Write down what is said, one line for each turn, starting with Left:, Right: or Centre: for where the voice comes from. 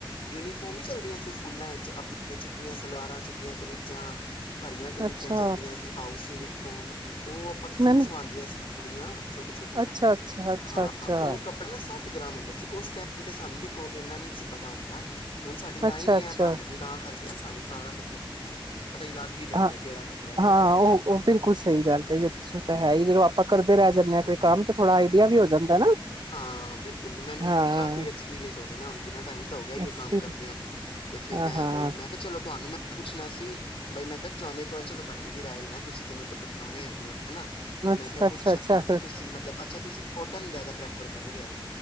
Left: ਯੂਨੀਫੋਮ ਹੀ ਚੱਲਦੀਆਂ ਸੀ, ਸਕੂਲਾਂ ਚ ਆਪਣੀਆਂ ਚਿੱਟੀਆਂ ਸਲਵਾਰ ਚਿੱਟੀਆਂ ਕਮੀਜ਼ਾਂ ਹਰੀਆਂ ਕਮੀਜ਼ਾਂ
Right: ਅੱਛਾ,
Left: ਚੱਲਦੀਆਂ ਸੀ, ਹਾਊਸ ਯੂਨੀਫਾਰਮ ਉਹ ਆਪਾਂ ਸੂਟ
Right: ਮੈਨੂੰ
Left: ਸਵਾਦੀਆਂ ਸੀ। ਕੁੜੀਆਂ ਛੋਟੀ- ਛੋਟੀਆਂ
Right: ਅੱਛਾ, ਅੱਛਾ, ਅੱਛਾ,
Left: ਹਾਂ,
Right: ਅੱਛਾ,
Left: ਉਹ ਕੱਪੜਾ ਨਾ ਸਾਟ ਗ੍ਰਾਮ ਹੁੰਦਾ ਸੀ ਉਸ ਟਾਈਮ ਤੇ ਸਾਨੂੰ ਦੇਖੋ ਇੰਨਾ ਨਹੀਂ ਸੀ ਪਤਾ ਹੁੰਦਾ। ਹੁਣ ਸਾਡੀ ਲਾਈਨ
Right: ਅੱਛਾ, ਅੱਛਾ।
Left: ਹੈ ਬਣ ਗਈ ਤਾਂ ਕਰਕੇ ਨਾ ਸਾਨੂੰ ਸਾਰਾ ਪਤਾ ਹੀ ਲੱਗ ਹੀ ਜਾਂਦਾ
Right: ਹਾਂ-ਹਾਂ,
Left: ਕਿਹੜਾ ਕੱਪੜਾ ਹੈ, ਕਿਹੜਾ ਨਹੀਂ
Right: ਉਹ ਬਿਲਕੁਲ ਸਹੀ ਗੱਲ ਕਹੀ ਤੁਸੀਂ ਉਹ ਤਾਂ ਹੈ ਹੀ ਜਦੋਂ ਆਪਾਂ ਕਰਦੇ ਰਹਿ ਜਾਂਦੇ ਆ ਕੋਈ ਕੰਮ ਤੇ ਥੋੜਾ ਆਈਡੀਆ ਵੀ ਹੋ ਜਾਂਦਾ ਨਾ,
Left: ਹਾਂ, ਬਿਲਕੁਲ ਮੈਨੂੰ
Right: ਹਾਂ
Left: ਕਾਫੀ ਐਕਸਪੀਰੀੰਸ ਹੋ ਗਿਆ ਨਾ ਹੁਣ, ਕਿੰਨਾ ਟਾਈਮ ਤਾਂ ਹੋ ਗਿਆ
Right: ਐਕਸਪੀਰੀ
Left: ਕੰਮ ਕਰਦਿਆਂ ਤੇ ਫਿਰ
Right: ਹਾਂ,
Left: ਮੈਂ
Right: ਹਾਂ।
Left: ਉਹੀ ਮੈਂ ਕਿਹਾ ਚਲੋ ਤੁਹਾਨੂੰ ਮ ਪੁੱਛਣਾ ਸੀ, ਬਈ ਮੈਂ ਕਿਹਾ ਚਣੇ ਇੱਕ ਵਾਰ ਚਲੋ ਤੁਹਾਡੀ ਵੀ ਰਾਏ ਲਵਾਂ ਤੁਸੀਂ ਤੇ ਮੇਰੇ ਤੋਂ ਪੁਰਾਣੇ ਹੈਗੇ ਹੋ। ਹੈਨਾ ਤੇ ਮੈਂ
Right: ਅੱਛਾ,
Left: ਕਿਹਾ ਪੁੱਛਾਂ।
Right: ਅੱਛਾ, ਅੱਛਾ,
Left: ਤਾਕਿ ਤੁਸੀਂ ਮਤਲਬ ਅੱਛਾ, ਤੁਸੀਂ ਕੋਟਨ ਜ਼ਿਆਦਾ ਪ੍ਰੈਫਰ ਕਰੋਗੇ ਅਰ